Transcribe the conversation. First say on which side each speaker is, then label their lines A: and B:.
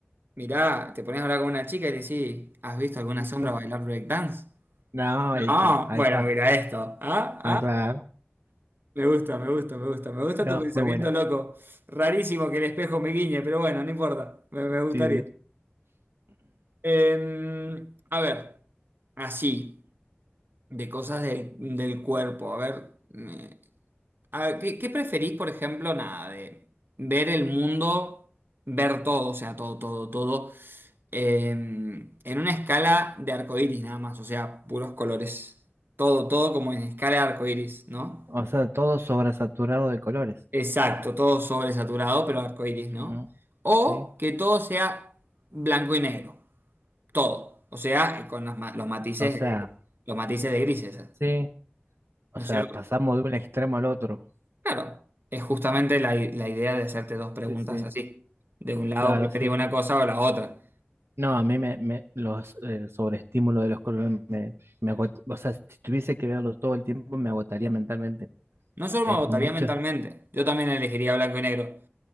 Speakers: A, on the right (about 55°); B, on the right (about 85°).
A: Mirá, te pones a hablar con una chica y le decís, ¿has visto alguna
B: Eso.
A: sombra bailar breakdance?
B: No,
A: No,
B: ahí está, ahí
A: bueno,
B: está.
A: mira esto. Ah, ah,
B: Ah, claro.
A: me gusta, me gusta, me gusta. Me gusta
B: No,
A: tu pensamiento
B: muy buena.
A: loco. Rarísimo que el espejo me guiñe, pero bueno, no importa. Me, me gustaría.
B: Sí, sí.
A: Eh, a ver, así, de cosas del, del cuerpo. A ver, me- a ver, ¿qué, qué preferís, por ejemplo, nada, de ver el mundo, ver todo, o sea, todo, todo, todo? eh, en una escala de arcoíris nada más, o sea, puros colores. Todo, todo como en escala de arcoíris, ¿no?
B: O sea, todo sobresaturado de colores.
A: Exacto, todo sobresaturado, pero arcoíris, ¿no?
B: Ujú,
A: O
B: Sí.
A: que todo sea blanco y negro, todo. O sea, con las ma- los matices
B: O sea,
A: de, los matices de grises,
B: sí. O
A: ¿no
B: sea,
A: es cierto?
B: pasamos de un extremo al otro.
A: Claro, es justamente la, i- la idea de hacerte dos preguntas
B: Sí, sí.
A: así. De un lado
B: Claro,
A: preferiría
B: sí, sí.
A: una cosa o la otra.
B: No, a mí me, me los, el sobreestímulo de los colores me, me agota. O sea, si tuviese que verlo todo el tiempo, me agotaría mentalmente.
A: No solo
B: Es
A: me agotaría
B: mucho.
A: mentalmente, yo también elegiría blanco y negro.